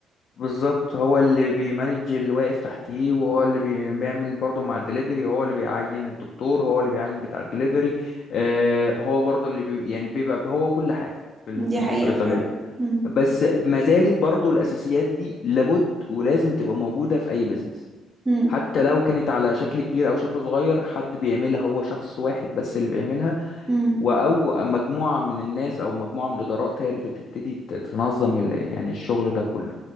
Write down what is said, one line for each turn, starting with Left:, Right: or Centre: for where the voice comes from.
Left: بالظبط هو اللي بيمانج اللي واقف تحتيه وهو اللي بي- بيعمل برضه مع الدليفري هو اللي بيعين الدكتور هو اللي بيعين بتاع الدليفري اه، هو برضه اللي بي يعني بيبقى هو كل حاجه في ال-
Right: دي
Left: في الصيدليه
Right: حقيقة فعلا مم.
Left: بس ما زالت برضه الاساسيات دي لابد ولازم تبقى موجوده في اي بزنس
Right: مم.
Left: حتى لو كانت على شكل كبير او شكل صغير حد بيعملها هو شخص واحد بس اللي بيعملها
Right: مم.
Left: و- او مجموعه من الناس او مجموعه من الادارات هي اللي بتبتدي ت- تنظم ال- يعني الشغل ده كله